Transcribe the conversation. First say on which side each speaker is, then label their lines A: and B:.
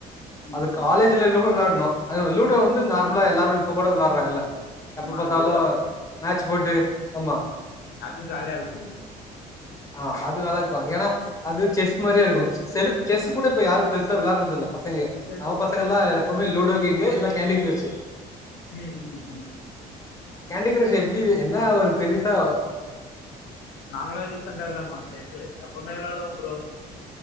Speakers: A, on the left; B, on the left.
A: ம்
B: அது
A: ம்
B: காலேஜ்ல எதோ விளாட்னோ அதுவு லூடோ வந்து நார்மலா எல்லாரு இப்ப கூட விளாட்றாங்கல்ல
A: ஆமா
B: எப்ப பாத்தாலு
A: லூடோ
B: மேச் போட்டு ஆமா
A: அது ஜாலியா இருக்கும்
B: ஆ அது நல்லாக்கு ஏனா அது செஸ் மாரியே இருக்கு செ செலு செஸ்ஸு கூட இப்ப யாரு பெர்சா விளாட்றதில்ல பசங்கய
A: செஸ்
B: நம்ம பசங்கள்லா இங்க இதெல்ல கேண்டி கிரஷு
A: ம் ம் ம்
B: கேண்டி கிரஷு எப்டி என்ன ஒரு பெரிசா
A: நாங்களா ரீசன்டா விளாட்னோ செஸ்ஸு எப்போமே விளாடுவோ ப்ரோ